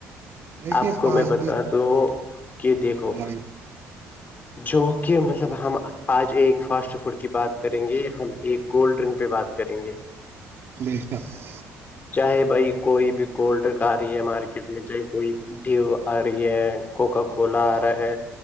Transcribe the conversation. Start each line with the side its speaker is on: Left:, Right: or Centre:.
Right: دیکھیے
Left: آپ کو
Right: فاسٹ
Left: میں بتا
Right: فوڈ
Left: د کہ دیکھو
Right: فرمائی
Left: جو کہ مطلب ہم آج ایک فاسٹ فوڈ کی بات کریں گے ہم ایک کولڈ ڈرنک پہ بات کریں گے
Right: <unintelligible>
Left: چاہے بھائی کوئی بھی گولڈر ک رہی ہے مارکیٹ میں چاہے کوئی ڈھیو اور یہ ہے کوکا کولا آ رہا ہے